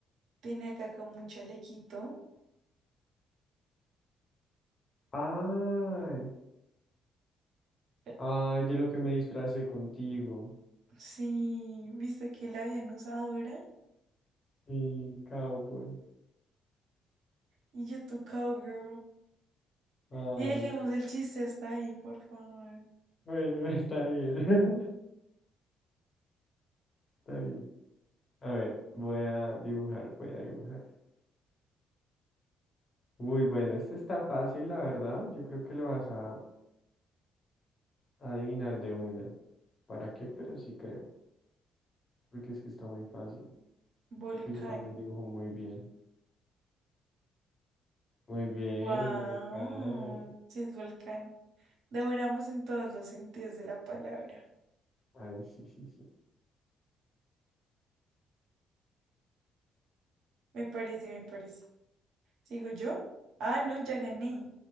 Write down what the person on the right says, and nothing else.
Tiene acá como un chalequito.
Eh,
Sí, viste que la habían usado ahora.
Y yo tu cowgirl.
Y dejemos el chiste hasta ahí, por favor.
Volcán.
Wow.
Sí, es volcán. Devoramos en todos los sentidos de la palabra.
Me parece, me parece. ¿Sigo yo? Ah, no, ya gané.